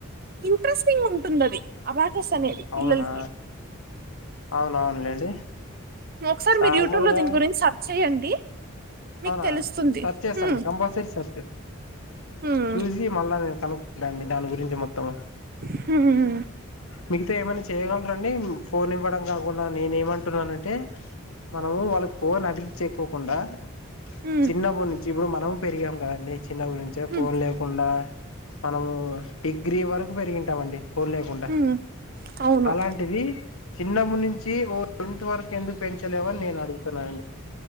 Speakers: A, on the right (about 45°); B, on the left (about 85°).
A: ఇంట్రెస్టింగ్ ఉంటున్నది అబాకస్ అనే పిల్లలకి
B: అవునా అవునవునులేండి
A: ఒకసారి
B: నార్మల్గా
A: మీరు యూట్యూబ్ లో దీని గురించి సర్చ్ చేయండి మీకు
B: అవునా
A: తెలుస్తుంది
B: సర్చ్ చేస్తా
A: ఉమ్
B: అండి కంపల్సరీస్త
A: ఉమ్
B: చూసి మళ్ళా నేను కనుక్ంటా అండి దాని గురించి హిందీ మొత్తం
A: హ
B: మిగతా ఏమైనా చేయగలరాండి ఫోన్ ఇవ్వడం కాకుండా నేనే ఏమంటున్నానంటే మనము వాళ్ళ ఫోన్ అడిగి చెకోకుండా
A: ఉమ్
B: చిన్న బోని ఇప్పుడు మనం పెరిగాం కదండి చిన్నప్పుడించే ఫోన్
A: ఉమ్
B: లేకుండా మనము డిగ్రీ వరకు పెరిగింటాం అండి ఫోన్ లేకుంటా
A: ఉమ్ అవును
B: అలాంటిది చిన్నప్పు నుంచి ఓ ఇట్ వరకు ఎందుకు పెంచలేవని నేను అడుగుతున్నానండి